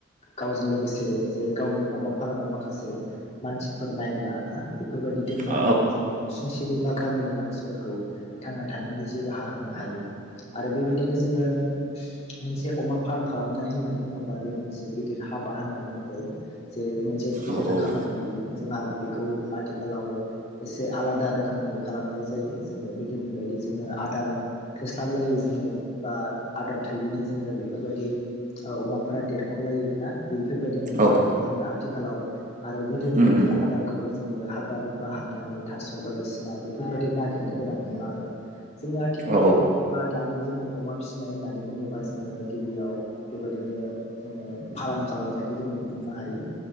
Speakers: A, on the left (about 30°); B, on the right (about 40°).
A: गावजों लोगोसे जे गावनि अमा फार्माव माखासे मानसिफोर नायग्रा ना बेफोरबायदि दोननानै
B: औ
A: जोङो नुसुंसे नि बा गामिनि मानसिफोरखौ थांना थानायनि जिउ राहा होनो हायो। आरो बेबायदिनो जोङो मोनसे अमा फार्म खालामनाय होननानै बुङोबा बे मोनसे गिदिर हाबा होननानै बुंजायो। जे मोनसे गिदिर
B: औ
A: खामानि बियो जोंहा बेखौ आथिखालाव एसे आलादा रोखोमै खालामनाय जायो जोङो गोदोनि बायदि जोङो आदार थोस्लाबलायै जोङो बा आदार थोयैनि जोङो बे- फोरबायदि ओ अमाफोरा देरख'लायि ना बेफोरबायदि नंला
B: औ
A: आरोखि जोंना आथिखालाव आरो गोदोनि
B: उम
A: बायदि
B: उम
A: आदारखौबो जोङो हाग्रा बंग्रा हाबनानै थास' बायदिसिना बेफोरबायदि नागिरनो गोनां नंला आरो। जोङो आथिखालाव
B: औ
A: बा दानि जोंनि अमा फिसिनाय होननानै बुङोबा जोङो गिबियाव बेबायदिनो जोङो फार्म खालामनायखौ जोङो बुंनो हायो।